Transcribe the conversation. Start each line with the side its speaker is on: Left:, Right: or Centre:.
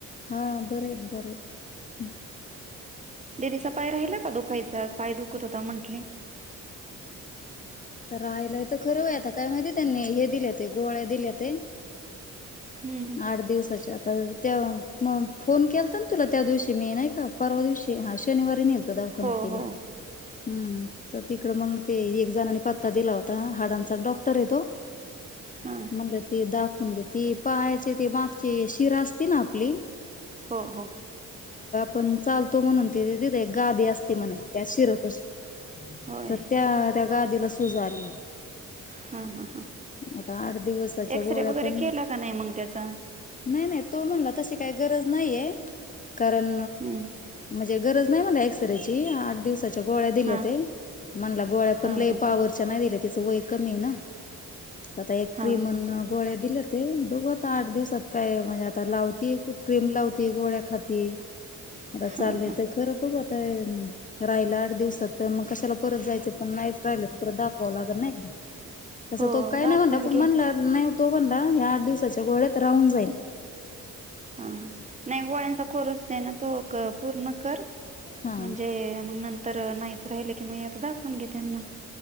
Left: हा बर आहेत बर आहेत
Right: दिदीचा पाय राहिला का दुखायचा पाय दुखत होता म्हंटले
Left: तर राहिलाय तर खरं आता काय माहिती त्यांनी हे दिले हो ते गोळ्या दिले ते
Right: हम्म
Left: आठ दिवसाच्या आता त्या मग फोन केलता ना तुला त्या दिवशी मी नाही का परवा दिवशी हा शनिवारी नल दवाखान्यात
Right: हो
Left: तिला
Right: हो
Left: हम तर तिकड मग ते एक जनानीं पता दिला होता हाडांचा डॉक्टर येतो
Right: हा
Left: म्हणलं ती दाखवून घेत पाहाचे ते मागची शिरा असते ना आपली
Right: हो हो
Left: पण चालतो म्हणून ते तिथे गादी असते म्हण त्या शिरपशी
Right: होय
Left: तर त्या त्या गादीला सूजा आली
Right: हा हा हा
Left: आता आठ दिवसाच्या
Right: एक्सरे
Left: गोळ्या
Right: वगैरे
Left: पण
Right: केला का नाही मग त्याचा?
Left: नाही नाही तो म्हणला तशी काही गरज नाहीय कारण
Right: हम्म
Left: म्हणजे गरज नाही मला एक्सरेची आठ दिवसाची गोळ्या दिल्या
Right: हा
Left: म्हण गोळ्या पण
Right: हा
Left: लय
Right: हा
Left: पावरच्या नाही दिल्या तिच वय कमी आहे ना आता एक
Right: हा
Left: क्रीमन गोळ्या दिल्या ते बघ ता आठ दिवसात काय म्हणजे आता लावती क्रीम लावती गोळ्या खाती अर चाललेय
Right: हा हा
Left: तर खरं बघ राहिलं आठ दिवसात तर मग कशाला परत जायचं पण नाहीच राहिलं तर परत दाखवावं लागत ना एकदा तस
Right: हो
Left: तो काही नाही
Right: दाखवून
Left: म्हणला पण
Right: घे
Left: म्हणलं नाही तो म्हणला या आठ दिवसाच्या गोळ्यात राहून जाईन
Right: हा ह नाही गोळ्यांचा कोरच नाही ना तो पूर्ण कर
Left: हा
Right: म्हणजे मग नंतर नाहीच राहिलं की मग आता दाखवून घे त्यांना